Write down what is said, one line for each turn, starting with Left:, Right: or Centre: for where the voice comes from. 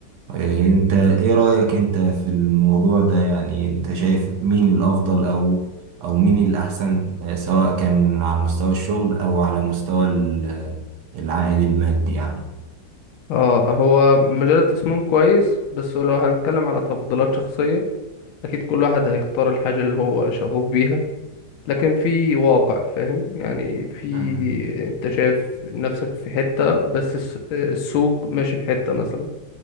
Right: إيه، أنت إيه رأيك أنت في الموضوع ده يعني أنت شايف مين الأفضل أو أو مين الأحسن آه، سواء كان على مستوى الشغل أو على مستوى ال- العائد المادي يعني؟
Left: اه هو مجال التصميم كويس بس لو هنتكلم على تفضيلات شخصية أكيد كل واحد هيختار الحاجة اللي هو شغوف بيها لكن في واقع فاهم يعني في
Right: مم.
Left: انت شايف نفسك في حتة بس الس- السوق ماشي في حتة مثلا